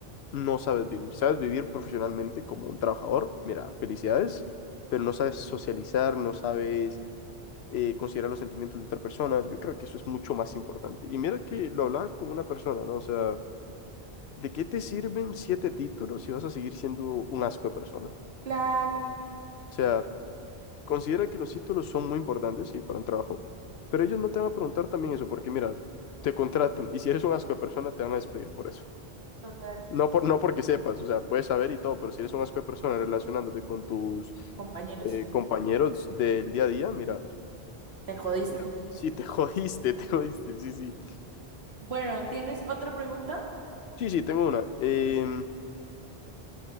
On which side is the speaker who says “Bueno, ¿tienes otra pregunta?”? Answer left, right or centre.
Right